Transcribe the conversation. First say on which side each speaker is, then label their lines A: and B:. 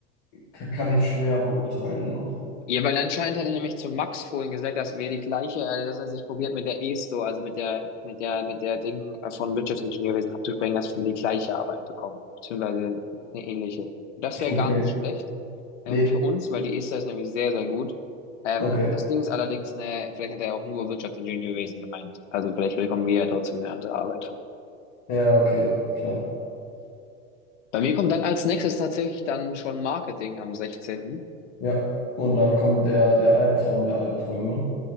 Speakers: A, on the left; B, on the left.
A: ka- kann ich schwer beurteilen noch.
B: Ja, weil anscheinend hat er nämlich zu Max vorhin gesagt, dass wir die gleiche, also dass er sich probiert mit der ESTO, also mit der, mit der, mit der Ding von Wirtschaftsingenieurwesen abzubringen, dass wir die gleiche Arbeit bekommen, beziehungsweise eine ähnliche. Das wäre
A: Okay.
B: gar nicht schlecht ähm,
A: Nee,
B: für uns, weil die ESTO ist nämlich sehr, sehr gut. Ähm,
A: okay.
B: das Ding ist allerdings, ne, vielleicht hat er auch nur Wirtschaftsingenieurwesen gemeint. Also vielleicht bekommen wir ja trotzdem eine andere Arbeit
A: Ja, okay, klar.
B: Bei mir kommt dann als nächstes tatsächlich dann schon Marketing am sechzehnten.
A: Ja. Und dann kommt der, der Albtraum der Albträume,